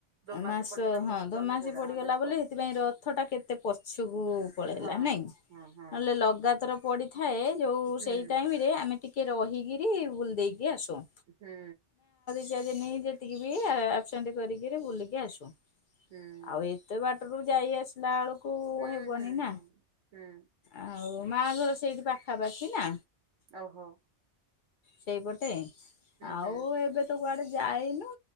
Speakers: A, on the right; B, on the left.
A: ଦୋମାସେ
B: ମାସ
A: ପଡିଗଲା ଜ୍ୟେଷ୍ଠ
B: ହଁ ଦୋମାସୀ
A: ନା କୋଉଟା
B: ପଡିଗଲା
A: ହଁ ଜ୍ୟେଷ୍ଠ
B: ବୋଲି ସେଥିପାଇଁ ରଥଟା କେତେ ପଛକୁ ପଳେଇଲା
A: ହଁ
B: ନାଇଁ?
A: ହଁ ହଁ।
B: ନହଲେ ଲଗାତର ପଡିଥାଏ ଯୋଉ
A: ହୁଁ
B: ସେଇ ଟାଇମରେ ଆମେ ଟିକେ ରହିକିରି ବୁଲି ଦେଇକି ଆସୁ।
A: ହୁଁ।
B: ଯା ଯେନି ଯେତିକି ବି ଆବସେଣ୍ଟ୍ କରିକିରି ବୁଲିକି ଆସୁ
A: ହୁଁ।
B: ଆଉ ଏ ଏତେ ବାଟରୁ ଯାଇ ଆସିଲା ବେଳକୁ
A: ହୁଁ
B: ହେବନି
A: ହୁଁ
B: ନା
A: ହୁଁ ହୁଁ
B: ଆ ଆଉ ମାଆ ଘର ସେଇଠି ପାଖାପାଖି ନା।
A: ଓହୋଃ।
B: ସେଇପଟେ? ଆଉ
A: ହୁଁ
B: ଏବେ ତ କୁଆଡେ ଯାଇନୁ।